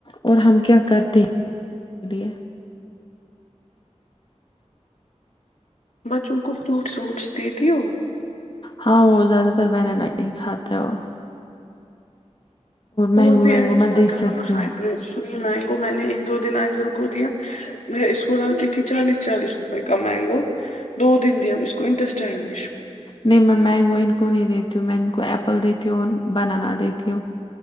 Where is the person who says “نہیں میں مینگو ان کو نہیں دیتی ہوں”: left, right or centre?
Left